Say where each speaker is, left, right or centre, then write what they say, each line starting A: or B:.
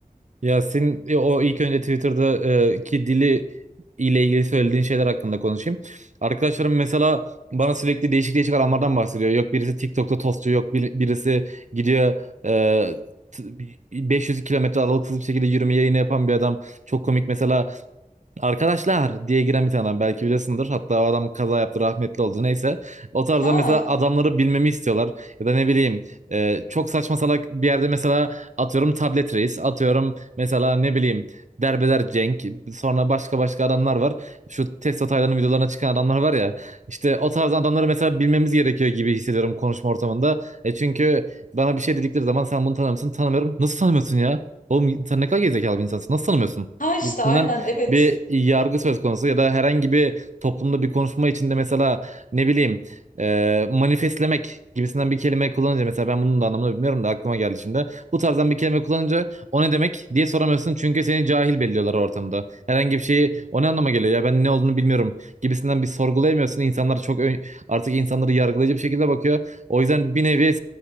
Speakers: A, on the right; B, on the left.
A: Yasin e, o ilk önce Twitter'da e, ki dili ile ilgili söylediğin şeyler hakkında konuşayım. Arkadaşlarım mesela bana sürekli değişik değişik alanlardan bahsediyor. Yok birisi TikTok'ta tostçu, yok bir- birisi gidiyor e, t- 500 kilometre aralıksız bir şekilde yürüme yayını yapan bir adam. Çok komik mesela Arkadaşlar diye giren bir tane adam belki biliyorsundur. Hatta o adam kaza yaptı rahmetli oldu neyse. O tarzda
B: Ha.
A: mesela adamları bilmemi istiyorlar. Ya da ne bileyim e, çok saçma salak bir yerde mesela atıyorum tablet reis. Atıyorum mesela ne bileyim derbeder Cenk. Sonra başka başka adamlar var. Şu Testo Taylan'ın videolarına çıkan adamlar var ya. İşte o tarz adamları mesela bilmemiz gerekiyor gibi hissediyorum konuşma ortamında. E çünkü bana bir şey dedikleri zaman sen bunu tanımıyorsun tanımıyorum. Nasıl tanımıyorsun ya? Oğlum sen ne kadar gerizekalı bir insansın. Nasıl tanımıyorsun?
B: Ha işte
A: gibisinden
B: aynen evet.
A: bir yargı söz konusu ya da herhangi bir toplumda bir konuşma içinde mesela ne bileyim e, manifestlemek gibisinden bir kelime kullanınca mesela ben bunun da anlamını bilmiyorum da aklıma geldi şimdi. Bu tarzdan bir kelime kullanınca o ne demek diye soramıyorsun çünkü seni cahil belliyorlar ortamda. Herhangi bir şeyi o ne anlama geliyor ya ben ne olduğunu bilmiyorum gibisinden bir sorgulayamıyorsun. İnsanlar çok ön- artık insanları yargılayıcı bir şekilde bakıyor. O yüzden bir nevi